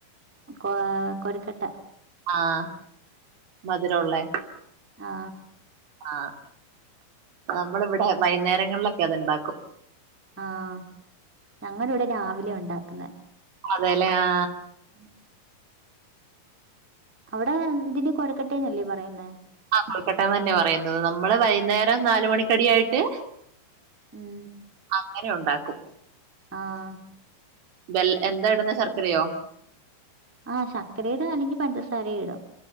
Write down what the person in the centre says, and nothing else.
കൊ കൊരക്കട്ട.
ആഹ്.
ആഹ് ഞങ്ങള് ഇവിടെ രാവിലെ ഉണ്ടാക്കുന്നെ.
ഉം അവിടെ ഇതിന് കൊരക്കട്ടേന്നല്ലെ പറയുന്നെ?
ഉം
ആഹ്.
ആഹ് ശക്കരേടും അല്ലെങ്കി പഞ്ചസാര ഇടും.